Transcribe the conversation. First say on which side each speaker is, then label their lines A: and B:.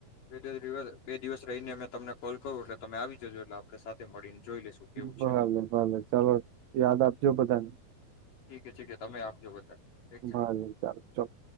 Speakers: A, on the left (about 65°); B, on the right (about 65°).
A: બેિવ બે દિવસ રહીને અમે તમને કોલ કરું એટલે તમે આવી જજો એટલે આપણે સાથે મળીને જોઈ લેશું કેવું
B: ભલે
A: છે
B: ભલે ચાલો યાદ આપજો બધાને.
A: ઠીકે ઠી તમે આપજો બધા ઠીક છે.
B: ભલે ચાલો ચોક્કસ